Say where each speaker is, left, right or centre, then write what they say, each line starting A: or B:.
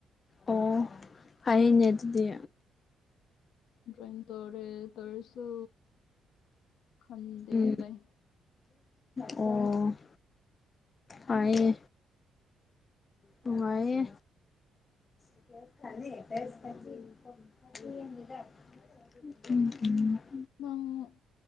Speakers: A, on the left; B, on the left.
A: ꯑꯣ ꯐꯩꯅꯦ ꯑꯗꯨꯗꯤ
B: <unintelligible> ꯇꯧꯔꯦ ꯇꯧꯔꯁꯨ ꯈꯪꯗꯦ
A: ꯎꯝ
B: ꯚꯥꯏ
A: ꯑꯣ ꯄꯥꯌꯦ ꯅꯨꯉꯥꯏꯌꯦ <unintelligible>
B: ꯎꯝ